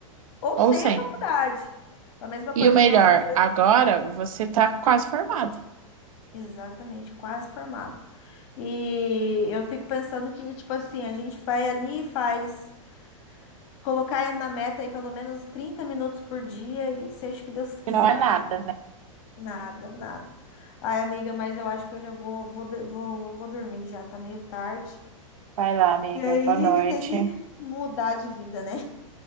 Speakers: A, on the left; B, on the right.
A: ou
B: ou
A: sem
B: sem.
A: a faculdade. A mesma
B: E
A: coisa
B: o melhor,
A: nos nossos dias.
B: agora você tá quase formado.
A: Exatamente, quase formado. E eu fico pensando que, tipo assim, a gente vai ali e faz, colocar na meta aí pelo menos 30 minutos por dia e seja o que Deus quiser.
B: Que Não é nada, né?
A: Nada, nada. Ai, amiga, mas eu acho que eu já vou, vou, do- vou, vou dormir já, tá meio tarde.
B: Vai lá, amiga.
A: E aí,
B: Boa noite.
A: tem que mudar de vida, né?